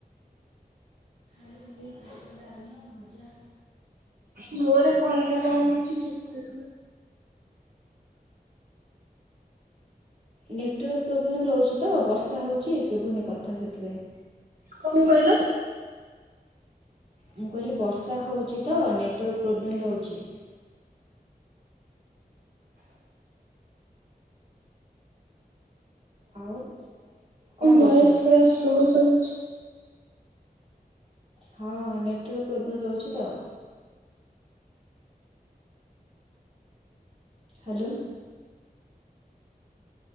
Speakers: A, on the right; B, on the right.
A: ମୁଁ ଖାଇଥିଲି ଭାତ, ଡାଲମା, ଭଜା।
B: ଜୋରେ କୁହନ୍ତୁ <unintelligible> କିଛି ଶୁଭିବନି।
A: ନେଟୱାର୍କ ପ୍ରୋବ୍ଲେମ୍ ରହୁଚି ତ ବର୍ଷା ହଉଚି ଶୁଭୁନି କଥା ସେଥିପାଇଁ।
B: କଣ୍ କହିଲ?
A: ମୁଁ କହିଲି ବର୍ଷା ହଉଚି ତ ନେଟୱାର୍କ ପ୍ରୋବ୍ଲେମ୍ ରହୁଚି। ଆଉ କ'ଣ
B: ଭଏସ୍
A: କରୁଛ
B: ପୁରା ସ୍ଲୋ ଶୁଭୁ
A: ହଁ ନେଟୱାର୍କ ପ୍ରୋବ୍ଲେମ୍ ରହୁଚି ତ। ହାଲୋ।